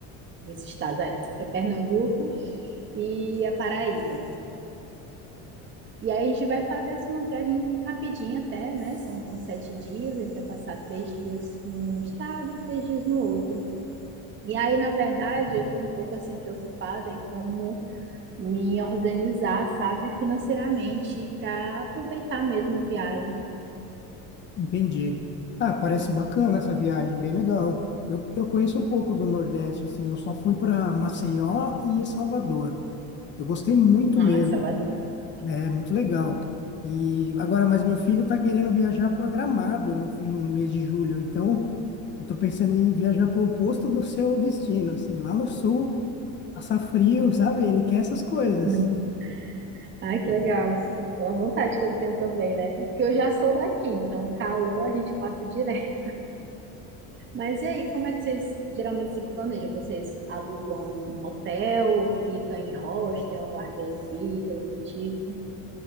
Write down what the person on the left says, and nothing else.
Entendi. Ah, parece bacana essa viagem, bem legal. Eu, eu conheço um pouco do Nordeste, assim, eu só fui para Maceió e Salvador. Eu gostei muito
mesmo.
né? É muito legal. E agora, mas meu filho está querendo viajar programado no, no mês de julho, então eu estou pensando em viajar para o oposto do seu destino, assim, lá no sul, passar frio, sabe? Ele quer essas coisas.